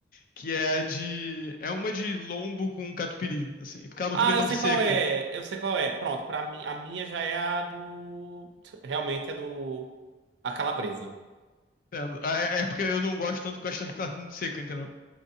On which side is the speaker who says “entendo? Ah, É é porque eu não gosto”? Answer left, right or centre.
Left